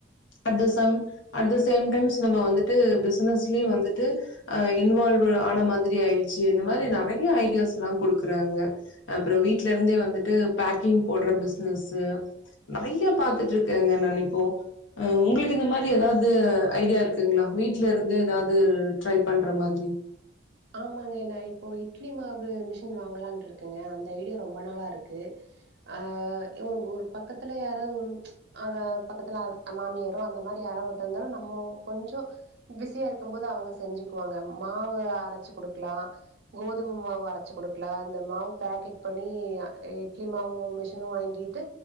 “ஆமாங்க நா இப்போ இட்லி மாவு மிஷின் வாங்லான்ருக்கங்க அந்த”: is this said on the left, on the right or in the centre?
Right